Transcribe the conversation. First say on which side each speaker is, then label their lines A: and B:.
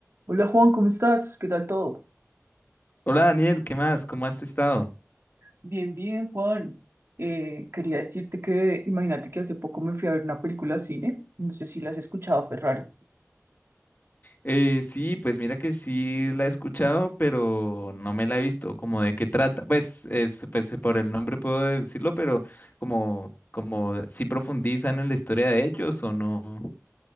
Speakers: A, on the right; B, on the left.
A: Hola Juan, ¿cómo estás? ¿Qué tal todo?
B: Hola Daniel, ¿qué más? ¿Cómo has estado?
A: Bien, bien, Juan. Eh, quería decirte que, imagínate que hace poco me fui a ver una película al cine, no sé si la has escuchado, Ferrari.
B: Eh, sí, pues mira que sí la he escuchado, pero no me la he visto. ¿Como de qué trata? Pues, es, pues por el nombre puedo deducirlo, pero como, como si profundizan en la historia de ellos o no.